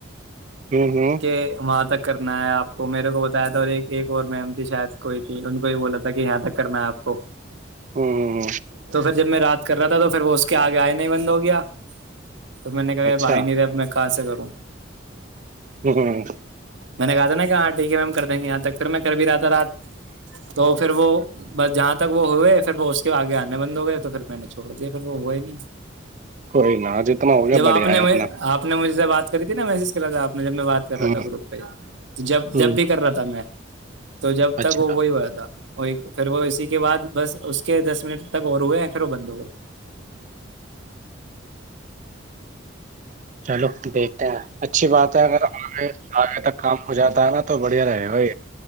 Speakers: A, on the right; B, on the right.
A: ہوں ہوں
B: کہ وہاں تک کرنا ہے آپ کو میرے کو بتایا تھا اور ایک اور میم تھی شاید کوئی تھی ان کو یہ بولا تھا کہ یہاں تک کرنا ہے آپ کو
A: ہوں
B: تو پھر جب میں رات کے کر رہا تھا تو پھر وہ اس کے آگے آئے نہیں بند ہو گیا توب میں نے کہا
A: اچھا
B: یہ بھائی نہیںے اب میں کہاں سے کروں تو
A: ج
B: میں نے کہا تھا نا کہ ہاں ٹھیک ہے میم کر دیں گے یہاں تک پھر میں کر بھی رہا تھا رات تو پھر وہ بس جہاں تک وہ ہوئے پھر وہ اس کے آگے آنے بند ہو گئے تو پھر میں نے چھوڑ دیا وہ ہوئے نہیں
A: کوئی نہ جتنا ہو گیا
B: جب آپ
A: بڑھیا
B: نے
A: ہے اپنا
B: آپ نے مجھ سے بات کرتی نایج کیا کر تھا آ نے جب میں کر
A: ہ
B: رہا تھا گروپ پہ تو جب
A: ہ
B: جب بھی کر رہا تھا میں تو جب تک
A: اچھا
B: وہ وہی ہوا تھا اور پھر وہ اسی کے بعد بس اس کے دس منٹ تک اور ہوئے یا پھر وہ بند ہو گئے
A: چلو دیکھتے ہیں اچھی بات ہے اگر آگے آگے تک کام ہو جاتا ہے نا تو بڑھیا رہے